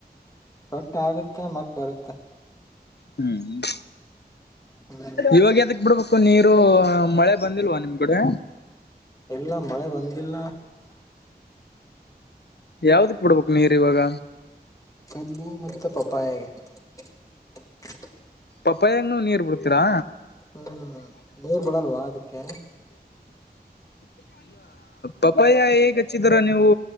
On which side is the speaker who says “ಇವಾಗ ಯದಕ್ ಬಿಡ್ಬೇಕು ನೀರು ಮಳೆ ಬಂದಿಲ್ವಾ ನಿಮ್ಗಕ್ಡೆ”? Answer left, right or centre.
Left